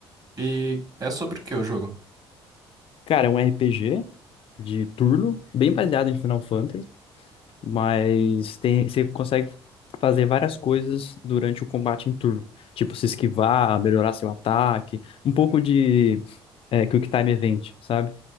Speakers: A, on the right (about 30°); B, on the left (about 45°).
A: E é sobre o que o jogo?
B: Cara, é um RPG de turno, bem baseado em Final Fantasy, mas tem, você consegue fazer várias coisas durante o combate em turno. Tipo, se esquivar, melhorar seu ataque, um pouco de é, Quick Time Event, sabe?